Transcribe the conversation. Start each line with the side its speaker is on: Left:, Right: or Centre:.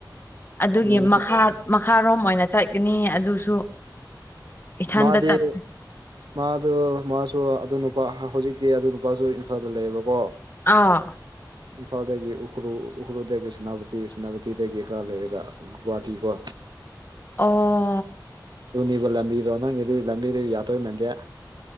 Left: ꯑꯗꯨꯒꯤ
Right: ꯃꯥꯁꯦ
Left: ꯃꯈꯥ ꯃꯈꯥꯔꯣꯝ ꯑꯣꯏꯅ ꯆꯠꯀꯅꯤ ꯑꯗꯨꯁꯨ ꯏꯊꯟꯇ
Right: ꯃꯥꯗꯤ
Left: ꯆꯠ
Right: ꯃꯥꯗꯣ ꯃꯥꯁꯨ ꯑꯗꯨ ꯅꯨꯄꯥ ꯍꯧꯖꯤꯛꯇꯤ ꯑꯗꯨ ꯅꯨꯄꯥꯁꯨ ꯏꯝꯐꯥꯜꯗ ꯂꯩꯌꯦꯕꯀꯣ
Left: ꯑꯥ
Right: ꯏꯝꯐꯥꯜꯗꯒꯤ ꯎꯈ꯭ꯔꯨꯜ ꯎꯈ꯭ꯔꯨꯗꯒꯤ ꯁꯦꯅꯥꯄꯇꯤ ꯁꯦꯅꯥꯄꯇꯤꯗꯒꯤ ꯈꯔ ꯂꯩꯔꯒ ꯒꯧꯋꯥꯇꯤꯀꯣ
Left: ꯑꯣ
Right: <unintelligible> ꯂꯝꯕꯤꯔꯣ ꯅꯪꯒꯤꯗꯤ ꯂꯝꯕꯤꯗꯨ ꯌꯥꯗꯧ ꯃꯥꯟꯗꯦ